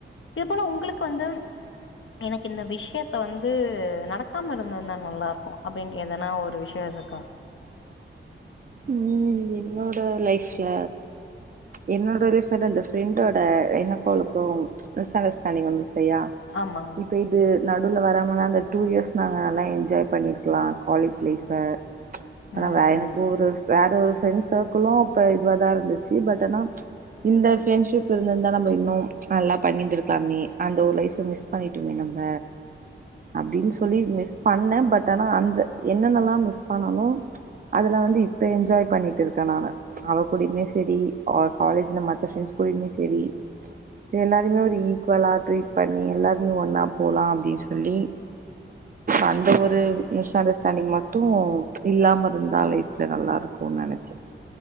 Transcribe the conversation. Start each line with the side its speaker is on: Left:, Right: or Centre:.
Left: எப்பலா உங்குளுக்கு வந்து எனக்கு இந்த விஷயத்த வந்து நடக்காமரு ந்துதா நல்லார்க்கு அப்டின் எதனா ஒரு விஷயருக்கா
Right: ம் என்னோட லைஃப்ல என்னோட <unintelligible> இந்த ஃப்ரெண்டோட என்ன பழக்கோ மிஸ் அண்டர்ஸ்டாண்டிங் வந்துச்சலையா
Left: ஆமா, ஆமா.
Right: இப்ப இது நடுவுல வராமதா அந்த டூ இயர்ஸ் நாங்க நல்லா என்ஜாய் பண்ணிருக்கலா காலேஜ் லைஃப ஆனா
Left: ம்
Right: வே
Left: புரியுது,
Right: எனக்கு ஒரு வேற ஒரு ஃப்ரெண்ட் சர்க்குளும் அப்ப இதுவாதாருந்துச்சு பட் ஆனா இந்த ஃரெண்ட்ஷிப் இருந்துந்தா நம்ப இன்னும் நல்லா பண்ணிந்துருக்லாமே அந்த ஒரு லைஃப மிஸ் பண்ணிட்டுமே நம்ப அப்டின் சொல்லி மிஸ் பண்ண பட் அனா அந்த என்னென்னலா மிஸ் பண்ணணோ அதுலா வந்து இப்ப என்ஜாய் பண்ணிட்டுருக்க நானு அவ கூடையுமே செரி அவ காலேஜ்ல மத்த ஃப்ரெண்ட்ஸ் கூடையுமே செரி எல்லாரையுமே ஒரு ஈக்குவலா ட்ரீட் பண்ணி எல்லாருமே ஒன்னா போலா அப்டின் சொல்லி அந்த ஒரு மிஸ் அண்டர்ஸ்டாண்டிங் மட்டு இல்லாம ருந்தா லைஃப்ல நல்லாருக்குன் நெனச்ச